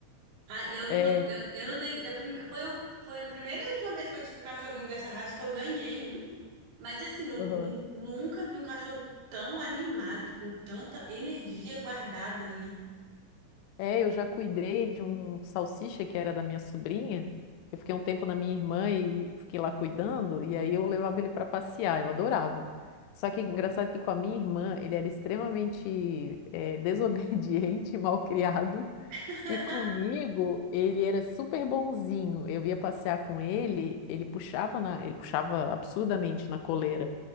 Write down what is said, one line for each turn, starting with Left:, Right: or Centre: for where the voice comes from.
Right: Ah, eu não
Left: É,
Right: dou, eu, eu não dei, eu prime- foi, o- foi a primeira e última vez que eu tive cachorrinho dessa raça que eu ganhei um, mas assim, nu-
Left: Aham.
Right: nu- nunca vi um cachorro tão animado, com tanta energia guardada ali.
Left: é, eu já cuidei de um salsicha que era da minha sobrinha. Eu fiquei um tempo na minha irmã e fiquei lá cuidando, e aí eu levava ele para passear, eu adorava. Só que engraçado que com a minha irmã, ele era extremamente eh, <laughs> desobediente, mal criado.
Right: <laughs>
Left: E comigo, ele era super bonzinho. Eu ia passear com ele, ele puxava na, ele puxava absurdamente na coleira.